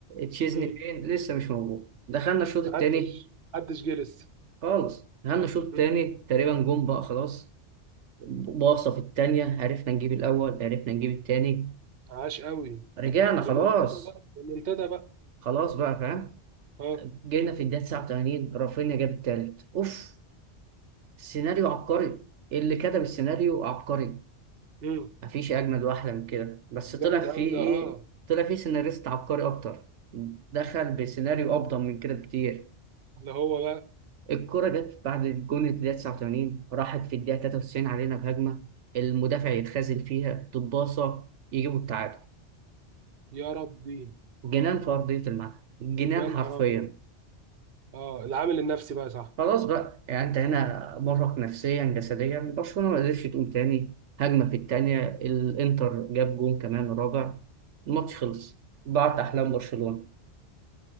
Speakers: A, on the right (about 80°); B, on the right (about 60°).
A: تشيزني
B: امم
A: فين لسه مش موجود دخلنا الشوط التاني
B: محدش محدش جه لسه
A: خالص دخلنا الشوط التاني
B: مم.
A: تقريبا جون بقى خلاص باصة في التانية عرفنا نجيب الأول عرفنا نجيب التاني
B: عاش قوي
A: رجعنا خلاص
B: ريمونتادا بقى ريمونتادا بقى
A: خلاص بقى فاهم
B: اه
A: جينا في الدقيقة 89 رافينيا جاب التالت اوف سيناريو عبقري إيه اللي كتب السيناريو عبقري
B: امم
A: مفيش اجمد واحلى من كده بس طلع
B: جامد
A: فيه
B: قوي
A: ايه
B: ده اه
A: طلع فيه سيناريست عبقري اكتر دخل بسيناريو افضل من كده بكتير
B: اللي هو بقى
A: الكرة جت بعد الجون في الدقيقة 89 راحت في الدقيقة 93 علينا بهجمة المدافع يتخاذل فيها تتباصى يجيبوا التعادل
B: يا ربي
A: جنان في أرضية الملعب جنان
B: يا نهار
A: حرفيا
B: ابيض اه العامل النفسي بقى صح
A: خلاص بقى يعني انت هنا مرهق نفسيا جسديا برشلونة ما قدرتش تقوم تاني هجمة في التانية الانتر جاب جون كمان رابع الماتش خلص ضاعت احلام
B: مم.
A: برشلونة